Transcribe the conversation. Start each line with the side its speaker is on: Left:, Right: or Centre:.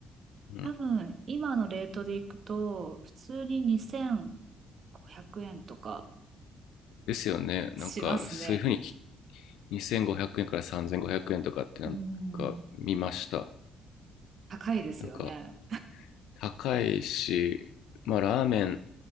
Left: うん。
Right: 多分、今のレートでいくと、普通に2500円とか
Left: ですよね。
Right: しますね。
Left: なんかそういうふうにき2500円から3500円とかってなんか見ました。
Right: うん。高いですよね。
Left: なんか高いし、まあラーメン、